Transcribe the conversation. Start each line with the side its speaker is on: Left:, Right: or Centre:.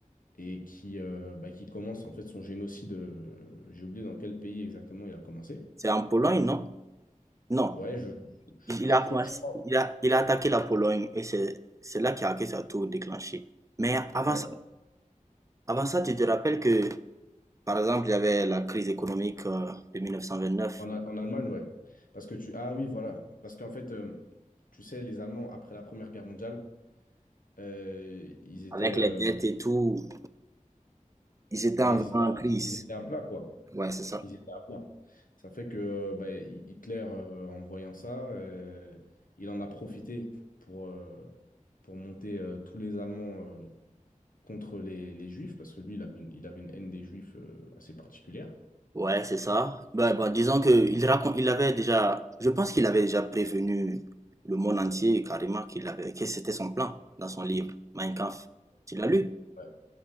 Left: et qui, euh, bah, qui commence en fait son génocide. euh, j'ai oublié dans quel pays exactement il a commencé.
Right: C'est en Pologne, non? Non.
Left: Ouais, je, je,
Right: Il il
Left: je
Right: a
Left: crois,
Right: commencé,
Left: je crois.
Right: il a, il a attaqué la Pologne et c'est c'est là qu'il a que ça a tout déclenché. Mais avant
Left: Ouais,
Right: ça, avant ça, tu te rappelles que, par exemple, il y avait la crise économique euh, de 1929.
Left: en, A- en Allemagne, ouais. Parce que tu, ah oui, voilà. Parce qu'en fait, euh, tu sais, les Allemands après la Première Guerre mondiale, euh, ils étaient,
Right: Avec
Left: euh,
Right: les dettes et tout, ils étaient en
Left: bah, ils
Right: grande
Left: étaient, à-
Right: crise.
Left: ils étaient à plat, quoi.
Right: Ouais, c'est ça.
Left: Ils étaient à plat. Ça fait que euh, bah, Hi- Hitler, euh, en voyant ça, euh, il en a profité pour, euh, pour monter euh, tous les Allemands euh, contre les, les Juifs, parce que lui, il avait une, il avait une haine des Juifs euh, assez particulière.
Right: Ouais, c'est ça. Bah, bah, disons que il raconte, il avait déjà, je pense qu'il avait déjà prévenu le monde entier carrément qu'il avait, que c'était son plan dans son livre Mein Kampf. Tu l'as lu?
Left: Ouais.